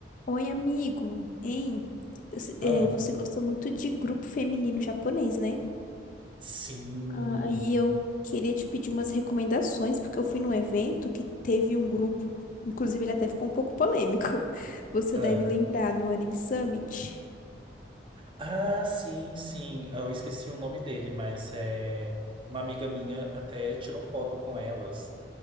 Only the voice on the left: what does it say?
Oi, amigo, hein? Eu se-
eh, Você gosta muito de grupo feminino japonês, né?
Ah, Aí eu queria te pedir umas recomendações, porque eu fui num evento que teve um grupo, inclusive ele até ficou um pouco polêmico. <laughs> Você
deve lembrar no Anime Summit.